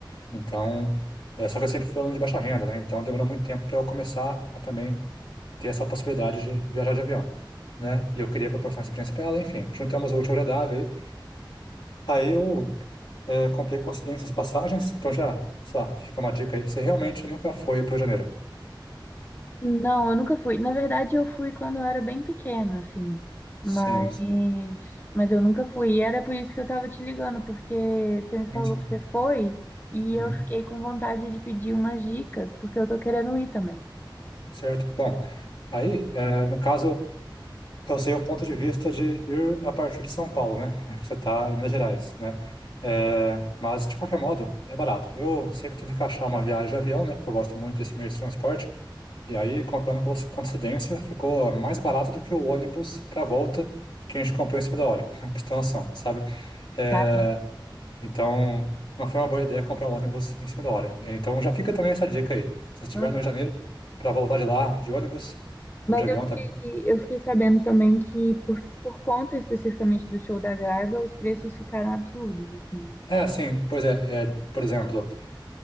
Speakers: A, on the left; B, on the left.
A: Então, eh, só que eu sempre fui aluno de baixa renda, né? Então demorou muito tempo para eu começar a também ter essa possibilidade de viajar de avião, né? E eu queria proporcionar essa experiência para ela, enfim. Juntamos o útil ao agradável Aí eu é, comprei com antecedência as passagens, então já, sei lá, fica uma dica aí. Você realmente nunca foi para o Rio de Janeiro?
B: Não, eu nunca fui. Na verdade, eu fui quando eu era bem pequena, assim. Mas,
A: Sim, sim,
B: mas eu nunca fui. E era por isso que eu tava te ligando, porque você me
A: sim.
B: falou
A: sim.
B: que você foi e
A: Uhum.
B: eu fiquei com vontade de pedir umas dicas, porque eu tô querendo ir também,
A: Certo. Bom, aí, é, no caso, eu sei o ponto de vista de ir a partir de São Paulo, né? <laughs> Que você está em Minas Gerais, né? É, mas, de qualquer modo, é barato. Eu sempre tento encaixar uma viagem de avião, né? Porque eu gosto muito desse meio de transporte. E aí, comprando com coincidência, ficou mais barato do que o ônibus para volta que a gente comprou em cima da hora, <laughs> pra você ter noção, sabe? É,
B: tá?
A: então, não foi uma boa ideia comprar um ônibus em cima da hora. Então, já fica também essa dica aí. Se você estiver
B: Uhum.
A: no Rio de Janeiro, para voltar de lá, de ônibus
B: Mas
A: ou de avião
B: eu fiquei,
A: também.
B: eu fiquei sabendo também que, por, por conta especificamente do show da Gaga, os preços ficaram absurdos, assim, né?
A: É, sim, pois é, é, por exemplo.